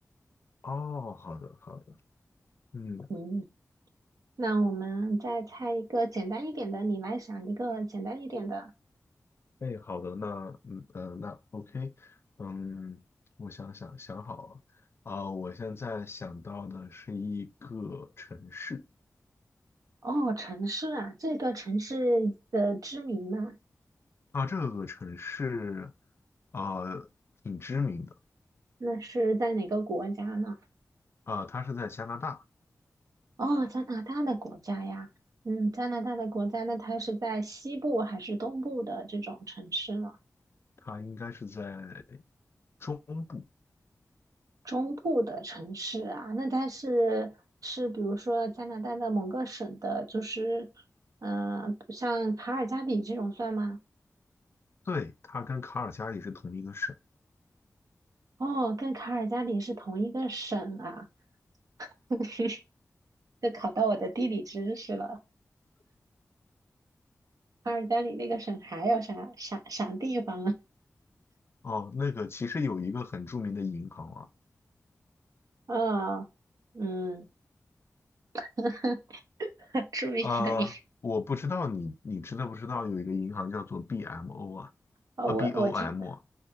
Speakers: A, on the left; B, on the right.
A: 哦，好的好的，嗯，
B: 嗯，那我们再猜一个简单一点的，你来想一个简单一点的。
A: 哎，好的，那嗯呃那 OK，嗯，我想想想好了。啊、我现在想到的是一个城市，
B: 哦，城市啊，这个城市的知名吗？
A: 啊，这个城市，呃，挺知名的。
B: 那是在哪个国家呢？
A: 啊，它是在加拿大，
B: 哦，加拿大的国家呀，嗯，加拿大的国家，那它是在西部还是东部的这种城市呢？
A: 它应该是在中部。
B: 中部的城市啊，那它是是比如说加拿大的某个省的，就是嗯，像卡尔加里这种算吗？
A: 对，它跟卡尔加里是同一个省。
B: 哦，跟卡尔加里是同一个省啊，<laughs> 这考到我的地理知识了。卡尔加里那个省还有啥啥啥地方啊？
A: 哦，那个其实有一个很著名的银行啊，
B: 嗯嗯，<laughs> 著名的一，
A: 呃，我不知道你你知道不知道有一个银行叫做 BMO 啊，
B: 哦，
A: 啊
B: 我我知。
A: BOM 啊